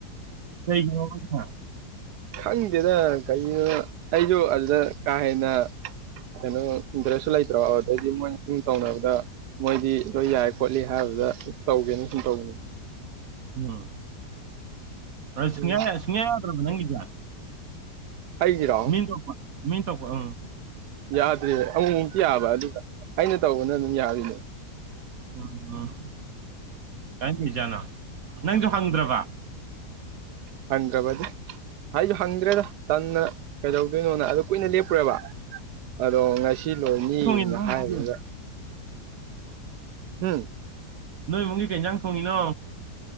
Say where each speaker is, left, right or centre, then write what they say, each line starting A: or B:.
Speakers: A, on the right; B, on the right.
A: <inaudible>
B: ꯈꯪꯗꯦꯗ ꯀꯩꯒꯤꯅꯣ ꯑꯩꯁꯨꯣ ꯑꯗꯨꯗ ꯀꯥ ꯍꯦꯟꯅ ꯀꯩꯅꯣ ꯏꯟꯇꯔꯦꯁꯁꯨ ꯂꯩꯇ꯭ꯔꯣ ꯑꯗꯩꯗꯤ ꯃꯣꯏꯅ ꯁꯨꯝ ꯇꯧꯅꯕꯗ ꯃꯣꯏꯗꯤ ꯂꯣꯏ ꯌꯥꯏ ꯈꯣꯠꯂꯤ ꯍꯥꯏꯕꯗ ꯇꯧꯒꯦꯅ ꯁꯨꯝ ꯇꯧꯕꯅꯤ
A: ꯎꯝ ꯁꯨꯡꯌꯥ
B: ꯎꯝ
A: ꯁꯨꯡꯌꯥ ꯌꯥꯗ꯭ꯔꯕ ꯅꯪꯒꯤꯗꯤ
B: ꯑꯩꯒꯤꯔꯥꯎ
A: ꯃꯤꯟ ꯇꯣꯛꯄ ꯃꯤꯟ ꯇꯣꯛꯄ ꯎꯝ
B: ꯌꯥꯗ꯭ꯔꯦ ꯑꯃꯨꯛꯃꯨꯛꯇꯤ ꯌꯥꯕ ꯑꯗꯨ ꯑꯩꯅ ꯇꯧꯕꯅ ꯑꯗꯨꯝ ꯌꯥꯔꯤꯅꯦ
A: ꯎꯝ ꯎꯝ ꯀꯥꯏꯒꯤꯖꯥꯠꯅꯣ ꯅꯪꯁꯨ ꯍꯪꯗ꯭ꯔꯕ
B: ꯍꯪꯒꯥꯕꯗꯤ ꯍꯥꯏꯁꯨ ꯍꯪꯗ꯭ꯔꯦꯗ ꯇꯟꯅ ꯀꯩꯗꯧꯗꯣꯏꯅꯣꯅ ꯑꯗꯨ ꯀꯨꯏꯅ ꯂꯦꯞꯄꯨꯔꯦꯕ ꯑꯗꯣ ꯉ ꯁꯤ ꯂꯣꯏꯅꯤꯅ
A: ꯊꯣꯡꯉꯤꯅꯣ ꯅꯣꯏ
B: ꯍꯥꯏꯕꯗ
A: ꯏꯃꯨꯡꯒꯤ
B: ꯍꯝ
A: ꯅꯣꯏ ꯏꯃꯨꯡꯒꯤ ꯀꯩ ꯌꯦꯟꯖꯥꯡ ꯊꯣꯡꯉꯤꯅꯣ